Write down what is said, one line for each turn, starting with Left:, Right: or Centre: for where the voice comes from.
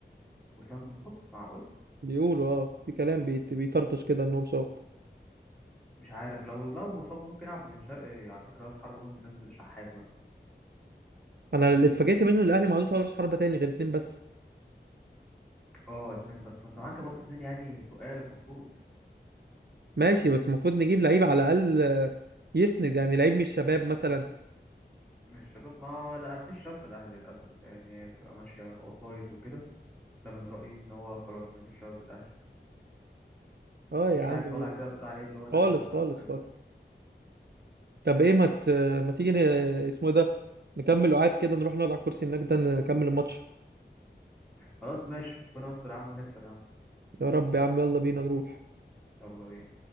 Centre: وسام مصاب معقول
Right: بيقولوا اه في كلام بيت- بيطرطش كده انه مصاب
Centre: مش عارف لو لو مصاب ممكن يلعب بن شرقي على فكرة راس حربة ممكن ينزل شحات مثلا
Right: انا اللي اتفاجئت منه إن الاهلي ما عندوش ولا حربة تاني غير اتنين بس
Centre: اه اتنين بس ما انت معاك برضه اتنين يعني تقال المفروض
Right: ماشي بس المفروض نجيب لعيب على الاقل آه، يسند يعني لعيب من الشباب مثلا
Centre: مش شباب ما لا فيش شاف الاهلي للاسف يعني بتبقى ماشية وسايط وكده ده من رأيي ان هو خلاص ما فيش شباب الاهلي
Right: اه
Centre: مفيش
Right: يا عم
Centre: لاعب طالع كده تقول عليه اللي هو ده
Right: خالص
Centre: الفلتة
Right: خالص
Centre: بقى فاهمني
Right: خالص طب ايه ما ت... ما تيجي ن... اسمه ايه ده نكمل وقعد كده نروح نقعد على الكرسي هناك ده نكمل الماتش
Centre: خلاص ماشي ربنا يستر يا عم ونكسب يا عم
Right: يا رب يا عم يلا بينا نروح
Centre: يلا بينا